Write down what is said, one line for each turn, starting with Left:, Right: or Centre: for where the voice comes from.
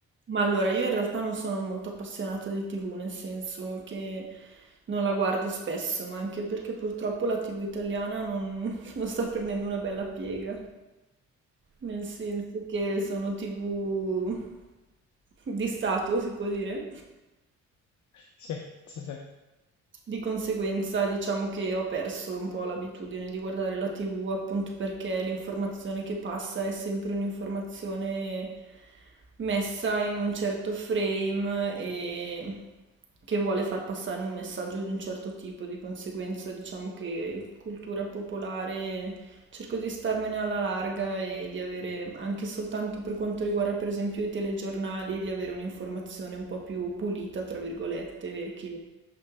Right: Ma allora, io in realtà non sono molto appassionata di TV, nel senso che non la guardo spesso, ma anche perché purtroppo la TV italiana non, <laughs> non sta prendendo una bella piega, nel senso che sono TV di Stato, si può dire.
Left: Sì, sì, sì.
Right: Di conseguenza diciamo che ho perso un po' l'abitudine di guardare la TV appunto perché l'informazione che passa è sempre un'informazione messa in un certo frame e che vuole far passare un messaggio di un certo tipo, di conseguenza diciamo che cultura popolare cerco di starmene alla larga e di avere anche soltanto per quanto riguarda per esempio i telegiornali, di avere un'informazione un po' più pulita, tra virgolette, che